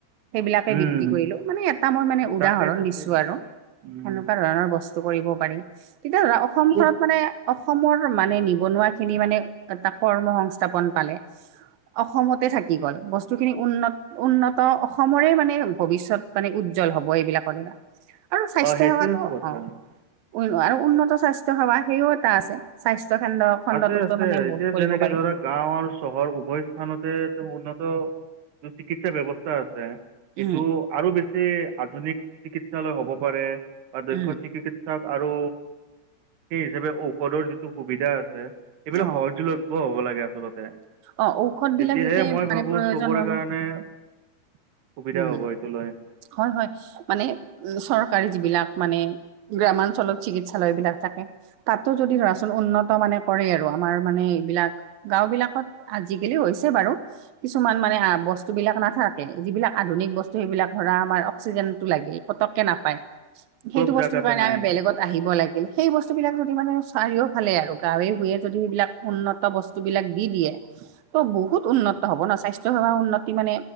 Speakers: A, on the right; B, on the right.
A: সেইবিলাকে
B: উম,
A: বিক্ৰী কৰিলো মানে ই মই মানে উদাহৰণ
B: তাকে তাকে
A: দিছোঁ আৰু
B: উম,
A: সেনেকুৱা ধৰণৰ বস্তু, কৰিব পাৰি। তেতিয়া ধৰা অসমখনত
B: চব
A: মানে। অসমৰ মানে নিবনুৱা খিনি মানে এটা কৰ্ম সংস্থাপন পালে। অসমতে থাকি গ'ল বস্তুখিনি উন্নত উন্নত অসমৰে মানে ভৱিষ্যত মানে উ উজ্জ্বল হব এইবিলাকৰ দ্বাৰা আৰু স্বাস্থ্য
B: অঁ সেইটোৱেতো
A: সেৱাটো
B: কথা
A: অ, উ আৰু উন্নত স্বাস্থ্য সেৱা সেইও এটা আছে। স্বাস্থ্য খন্দ্ৰ খণ্ডটোতো
B: আছে আছে
A: মানে
B: এতিয়া
A: বহুত কৰিব
B: যেনেকৈ
A: পাৰি।
B: ধৰা গাঁও আৰু চহৰ উভয় স্থানতে উন্নত চিকিৎসা ব্যৱস্থা আছে। এইটো
A: উম
B: আৰু বেছি আধুনিক চিকিৎসালয় হব পাৰে বা দক্ষ
A: উম
B: চিকিৎ ধৰক আৰু সেই হিচাপে ঔষধৰ যিটো সুবিধা আছে এইবিলাক
A: অ'
B: সহজ হ'ব লাগে আচলতে
A: অ' ঔষধ
B: তেতিয়াহে
A: বিলাক যাতে
B: মই
A: মানে
B: ভাবো
A: প্ৰয়োজন
B: চবৰে
A: অনু
B: কাৰণে। সুবিধা
A: উম
B: হ'ব এইটো লৈ।
A: হয় হয়। মানে উম, চৰকাৰী যিবিলাক মানে গ্ৰামাঞ্চলৰ চিকিৎসালয় বিলাক থাকে। তাতো যদি ধৰাচোন উন্নত মানে কৰে আৰু আমাৰ মানে এইবিলাক। গাঁও বিলাকত আজিকালি হৈছে বাৰু কিছুমান মানে বস্তুবিলাক নাথাকে যিবিলাক আধুনিক বস্তু সেইবিলাক ধৰা আমাৰ অক্সিজেন, লাগে পতকে নাপায় সেইটো
B: চব
A: বস্ত
B: জাগাতে
A: কাৰণে
B: নাই
A: বেলেগত, আহিব লাগিল সেই বস্তুবিলাক যদি মানে চাৰিওফালে আৰু গাঁৱে ভূঞে যদি সেইবিলাক উন্নত বস্তু বিলাক দি দিয়ে।
B: <inaudible>
A: ত বহুত উন্নত হ'ব ন, স্বাস্থ্য সেৱা উন্নতি মানে